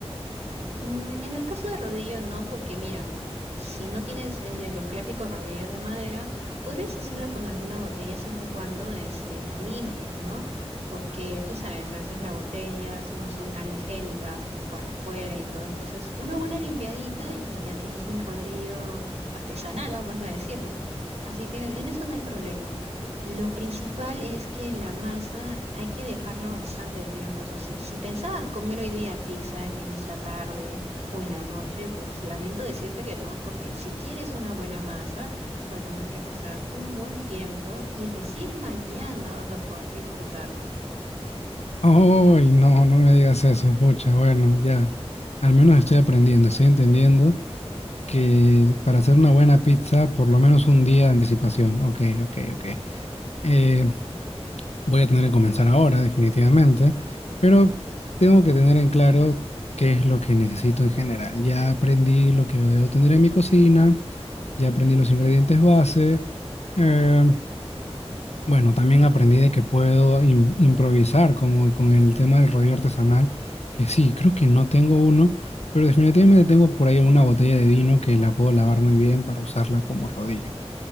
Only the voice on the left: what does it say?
Ay, no, no me digas eso, pucha, bueno, ya. Al menos estoy aprendiendo, estoy entendiendo que para hacer una buena pizza, por lo menos un día de anticipación. Ok, ok, ok. Eh, Voy a tener que comenzar ahora, definitivamente, pero tengo que tener en claro qué es lo que necesito en general. Ya aprendí lo que debo tener en mi cocina, ya aprendí los ingredientes base. eh, bueno, también aprendí de que puedo im- improvisar, como con el tema del rodillo artesanal, que sí, creo que no tengo uno, pero definitivamente tengo por ahí una botella de vino que la puedo lavar muy bien para usarla como rodillo.